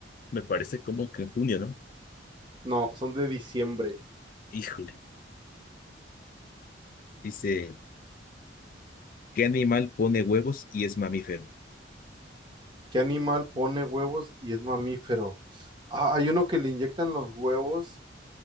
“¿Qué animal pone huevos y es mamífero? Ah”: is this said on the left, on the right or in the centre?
Right